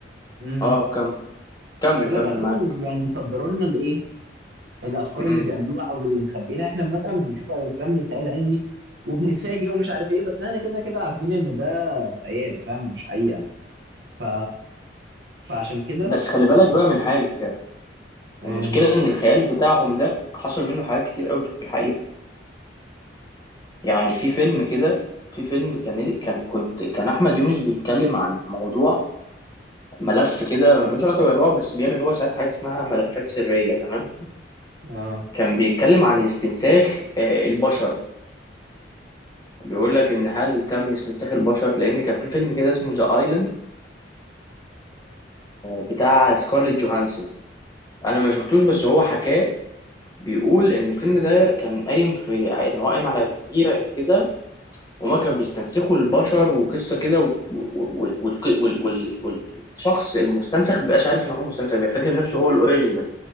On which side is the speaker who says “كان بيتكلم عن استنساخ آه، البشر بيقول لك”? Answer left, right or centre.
Left